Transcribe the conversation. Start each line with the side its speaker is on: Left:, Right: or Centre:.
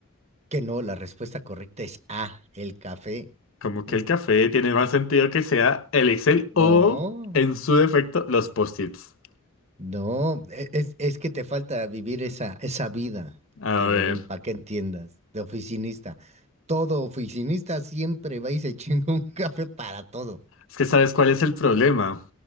Right: Que no, la respuesta correcta es A, el café.
Left: Como que
Right: Ujú.
Left: el café tiene más sentido que sea el Excel o,
Right: No,
Left: en su defecto, los post-its.
Right: no, e- es, es que te falta vivir esa, esa vida
Left: A
Right: de
Left: ver,
Right: Godín, para que entiendas, de oficinista. Todo oficinista siempre va y se <laughs> chinga un café para todo.
Left: es que sabes cuál es el problema.